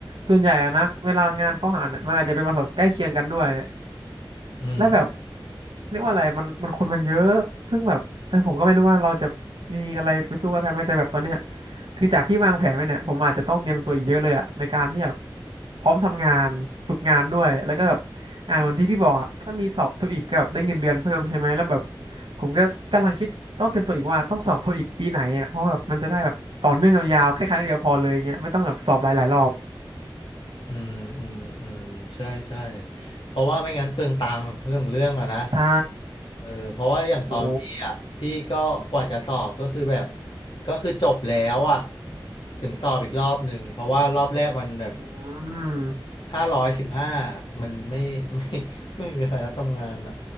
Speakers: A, on the right; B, on the left.
A: ส่วนใหญ่อะนะเวลางานเขาหาเนี่ยมันอาจจะเป็นบริษัทใกล้เคียงกันด้วย
B: อืม
A: และแบบเรียกว่าอะไรมันมันคนมันเยอะซึ่งแบบแตอผมก็ไม่รู้ว่าเราจะมีอะไรไปสู้กันได้ไหมแต่แบบตอนเนี้ยคือจากที่วางแผนไว้เนี่ยผมอาจจะต้องเตรียมตัวอีกเยอะเลยอะในการที่แบบพร้อมทำงานฝึกงานด้วยแล้วก็แบบอ่าเหมือนที่พี่บอกอะถ้ามีสอบโทอีกกับได้เงินเดือนเพิ่มใช่ไหมแล้วแบบผมก็กำลังคิดต้องเตรียมตัวอีกว่าต้องสอบโทอีกปีไหนอะเพราะแบบมันจะได้แบบต่อเนื่องยาวๆแค่ครั้งเดียวพอเลยเงี้ยไม่ต้องแบบสอบหลายๆรอบ
B: อืมอืมอืมใช่ใช่เพราะว่าไม่งั้นเปลืองตังค์เรื่องเรื่องอะนะ
A: ใช่
B: เออเพราะว่าอย่างตอนพี่อ่ะพี่ก็กว่าจะสอบก็คือแบบ
A: โอ้
B: ก็คือจบแล้วอ่ะถึงสอบอีกรอบหนึ่งเพราะว่ารอบแรกมันแบบ
A: อืม
B: ถ้าร้อยสิบห้ามันไม่ <laughs> ไม่ไม่มีใครรับทำงานอ่ะ